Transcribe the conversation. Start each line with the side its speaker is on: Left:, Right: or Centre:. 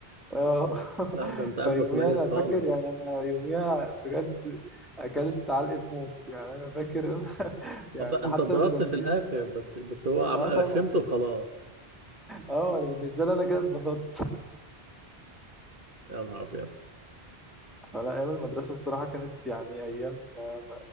Centre: اه <laughs>
Right: لا ده أنت قلبك
Centre: فيوميها
Right: ميت
Centre: انا
Right: خالص
Centre: فاكر يعني انا يوميها بجد اكلت علقه موت يعني انا فاكر <laughs> يعني
Right: أبقى أنت
Centre: حتى
Right: ضربت
Centre: المدرسين
Right: في الآخر بس بس هو عم-
Centre: اه
Right: رخمته
Centre: طبعا
Right: وخلاص
Centre: اه انا بالنسبه لي انا كده اتبسطت
Right: يا نهار أبيض
Centre: فلا ايام المدرسه الصراحه كانت يعني ايام آه،